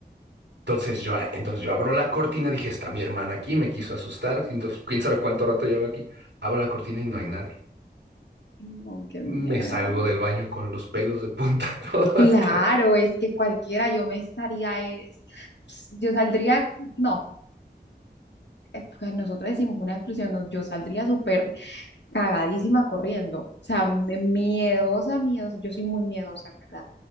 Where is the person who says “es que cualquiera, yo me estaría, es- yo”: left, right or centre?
Left